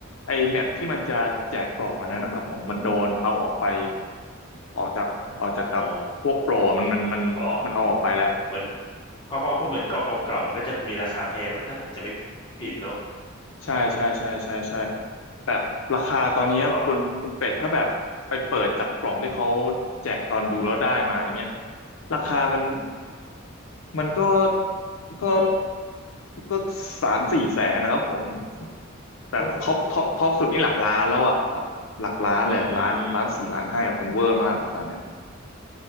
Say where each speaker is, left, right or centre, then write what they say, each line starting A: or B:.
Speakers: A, on the left; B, on the left.
A: ไอแมปที่มันจะแจกกล่องอันนั้นนะครับผมมันโดนเอาออกไปออกจากออกจากกับพวกโปรอะมันมันมันมันเอาออกไปแล้ว
B: อ๋ออ๋อเหมือน เพราะเพราะเพราะเหมือนกล่องเก่าๆมันก็จะมีราคาแพงนะถ้าผมจะไม่ผิดเนอะ
A: ใช่ใช่ใช่ใช่ใช่ แบบราคาตอนนี้คุณคุณเป็ดถ้าแบบไปเปิดจากกล่องที่เขา
B: อ๋ <laughs> อ
A: แจกตอนดูแล้วได้มาอย่างเงี้ยราคามันมันก็ก็ก็สามสี่แสนนะครับผมแบบท็อปท็อปท็อปสุดนี่หลักล้านแล้วอ่ะแบบหลักล้านเลยล้านล้านสี่ล้านห้าอะมันเวอร์มากเลยตอนเนี้ย
B: โอ้โหอืม